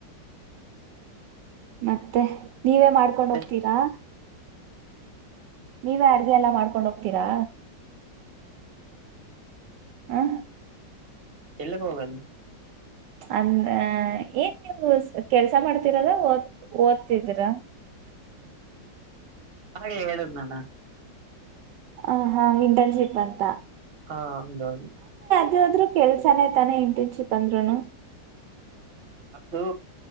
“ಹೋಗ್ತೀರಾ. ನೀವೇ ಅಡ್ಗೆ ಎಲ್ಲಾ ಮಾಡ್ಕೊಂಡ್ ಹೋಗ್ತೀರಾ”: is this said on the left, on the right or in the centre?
Right